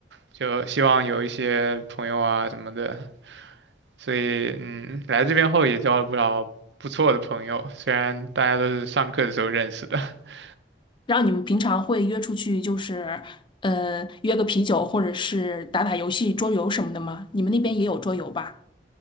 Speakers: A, on the right; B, on the left.
A: 就希望有一些朋友啊什么的，所以嗯，来这边后也交了不少不错的朋友，虽然大家都是上课的时候认识的。<laughs>
B: 然后你们平常会约出去，就是呃约个啤酒，或者是打打游戏、桌游什么的吗？你们那边也有桌游吧？